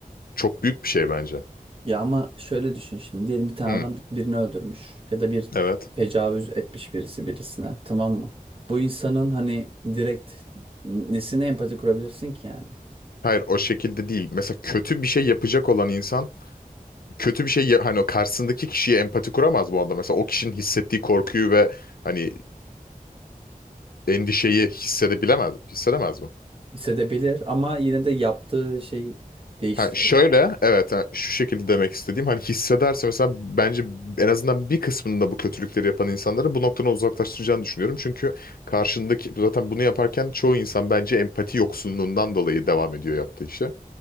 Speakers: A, on the left; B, on the right.
A: Çok büyük bir şey bence.
B: Ya ama şöyle düşün şimdi diyelim bir tane
A: Hı,
B: adam bir- birini öldürmüş ya da bir
A: evet.
B: tecavüz etmiş birisi birisine tamam mı? Bu insanın hani direkt nesine empati kurabilirsin ki yani?
A: Hayır o şekilde değil. Mesela kötü bir şey yapacak olan insan kötü bir şey ya- hani o karşısındaki kişiye empati kuramaz bu arada. Mesela o kişinin hissettiği korkuyu ve hani e, endişeyi hissedebilemez, hissedemez mi?
B: Hissedebilir ama yine de yaptığı şey değiştirir
A: Ha, şöyle
B: mi yani?
A: evet ha, şu şekilde demek istediğim hani hissederse mesela bence en azından bir kısmında bu kötülükleri yapan insanları bu noktadan uzaklaştıracağını düşünüyorum. Çünkü karşındaki zaten bunu yaparken çoğu insan bence empati yoksunluğundan dolayı devam ediyor yaptığı işe.